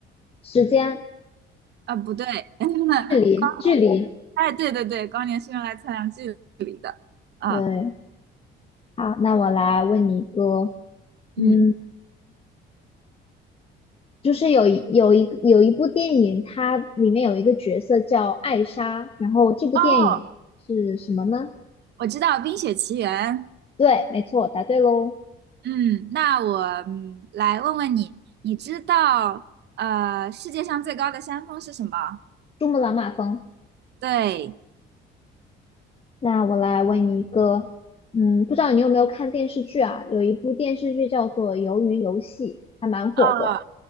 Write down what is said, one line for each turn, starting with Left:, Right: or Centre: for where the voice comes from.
Left: 时间、
Right: 啊，不对，<laughs>
Left: 距离、
Right: 光，
Left: 距离，
Right: 哎，对对对，光年是用来测量距离的。啊，
Left: 对。好，那我来问你一个，嗯。
Right: 嗯，
Left: 就是有一有一有一部电影，它里面有一个角色叫艾莎，然后这部电影是什么呢？
Right: 哦，我知道《冰雪奇缘》。
Left: 对，没错，答对喽，
Right: 嗯，那我嗯来问问你，你知道呃世界上最高的山峰是什么？
Left: 《珠穆朗玛峰》。
Right: 对，
Left: 那我来问你一个，嗯，不知道你有没有看电视剧啊？有一部电视剧叫做《鱿鱼游戏》，还蛮火的。
Right: 呃，